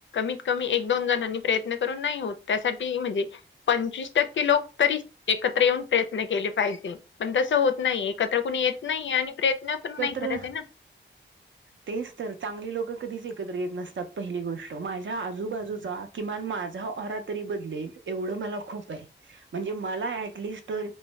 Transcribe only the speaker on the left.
<unintelligible> एक दोन जणांनी प्रयत्न करून नाही होत त्यासाठी <inaudible> म्हणजे पंचवीस टक्के लोक तरी एकत्र येऊन प्रयत्न केले पाहिजे पण तस होत. नाही एकत्र कुणी येत नाही आणि प्रयत्न पण नाही.
करत
आहे ना.